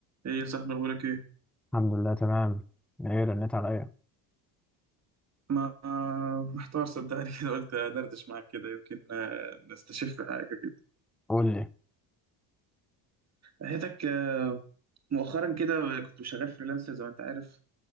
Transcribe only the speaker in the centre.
الحمد لله تمام ايه رنيت عليا
قول لي